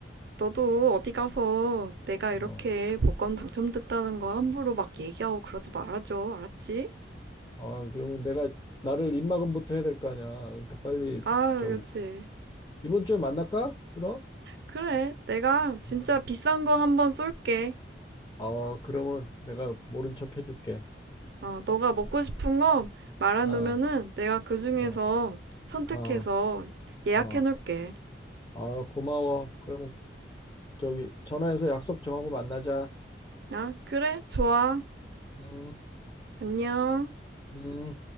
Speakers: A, on the right; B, on the left.
A: 너도 어디 가서 내가 이렇게
B: 어.
A: 복권 당첨됐다는 거 함부로 막 얘기하고 그러지 말아줘. 알았지?
B: 아, 그러면 내가 나를 입막음부터 해야 될 거 아니야. 그러니까 빨리
A: 아,
B: 저기
A: 그렇지.
B: 이번 주에 만날까? 그럼?
A: 그래. 내가 진짜
B: 음.
A: 비싼 거 한번 쏠게.
B: 어, 그러면 내가 모른 척 해줄게.
A: 어, 너가 먹고 싶은 거 말해놓으면은
B: 아,
A: 내가 그 중에서
B: 아,
A: 선택해서
B: 아,
A: 예약해놓을게.
B: 아, 아, 고마워. 그러면 저기 전화해서 약속 정하고 만나자.
A: 아, 그래? 좋아.
B: 음,
A: 안녕.
B: 음.